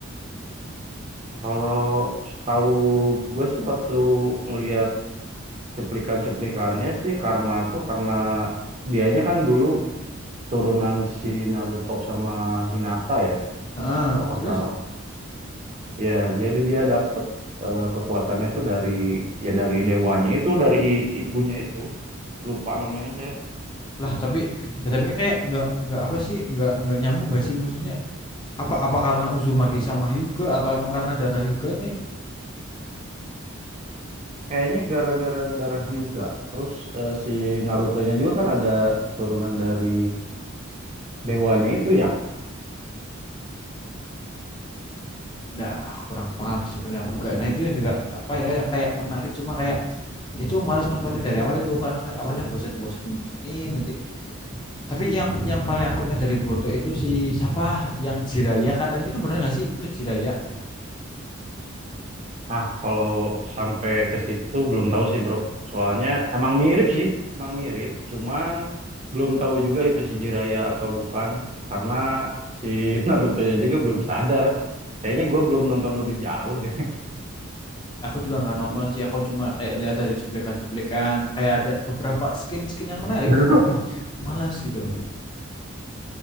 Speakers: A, on the right (about 35°); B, on the left (about 20°).
A: Kalau tahu gue sih waktu ngelihat cuplikan-cuplikannya sih Karma tuh karena dianya kan dulu turunan si Naruto sama Hinata ya
B: ah
A: kalau nggak
B: terus
A: salah ya jadi dia dapet eh, kekuatannya tuh dari ya dari dewanya itu dari i- ibunya itu lupa namanya saya
B: lah tapi ya tapi kan kayak nggak nggak apa sih nggak nggak nyambung nggak sih maksudnya apa apa karena Uzumaki sama Hyuga atau emang karena darah Hyuga nih
A: kayaknya gara-gara darah Hyuga terus eh, si Narutonya juga kan ada keturunan dari dewanya itu ya
B: dah kurang paham sih sebenarnya aku juga nah itu yang juga apa ya yang kayak menarik cuma kayak itu males nontonnya dari awal itu karena kayak awalnya bosen bosenin bosenin nanti Tapi yang yang paling aku ingat dari Boruto itu si siapa yang Jiraya katanya itu bener nggak sih itu Jiraya?
A: Nah, kalau sampai ke situ belum tahu sih, Bro. Soalnya emang mirip sih, emang mirip, cuman belum tahu juga itu si Jiraiya atau bukan karena si <laughs> Naruto-nya juga belum sadar. Kayaknya gue belum nonton lebih jauh deh.
B: Aku juga nggak nonton sih, aku cuma kayak lihat dari cuplikan-cuplikan, kayak ada beberapa skin-skin yang menarik,
A: <laughs>
B: cuma malas gitu.